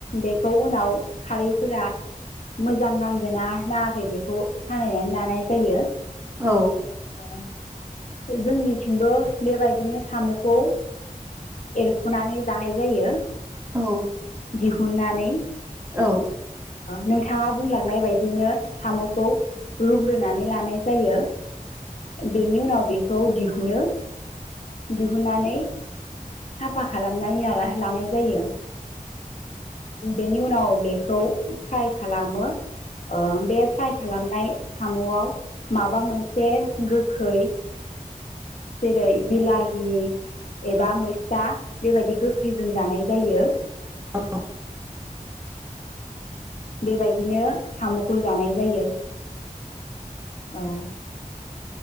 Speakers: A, on the left; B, on the right.
A: बेखौ उनाव खारैफोरा मोजां नांगोना नाङाखै बेखौ सानायनानै लानाय जायो।
B: औ
A: औ जोंनिथिंबो बेबायदिनो साम'खौ एरख'नानै जानाय जायो।
B: औ
A: दिहुननानै
B: औ
A: नोंथाङा बुंलांनाय बायदिनो साम'खौ रुग्रोनानै लानाय जायो। बेनि उनाव बेखौ दिहुनो दिहुननानै साफा खालामनानै लानाय जायो। बेनि उनाव बेखौ फ्राइ खालामो बे फ्राइ खालामनाय सामुआव माबा मोनसे गोखै जेरै बिलाहि एबा मैस्थ बेबायदि गोखैजों जानाय जायो
B: औ
A: बेबायदिनो साम'खौ जानाय जायो औ